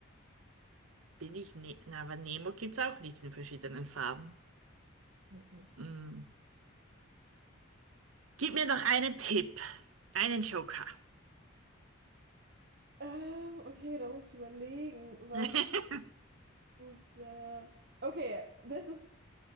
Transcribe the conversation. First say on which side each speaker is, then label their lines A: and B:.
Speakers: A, on the right; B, on the right.
A: Bin ich ne Na, aber Nemo gibt's auch nicht in verschiedenen Farben.
B: Mhm.
A: Hm. Gib mir noch einen Tipp. Einen Joker.
B: Ähm, okay, da muss ich überlegen, was
A: <laughs>
B: so sehr. Okay, das ist.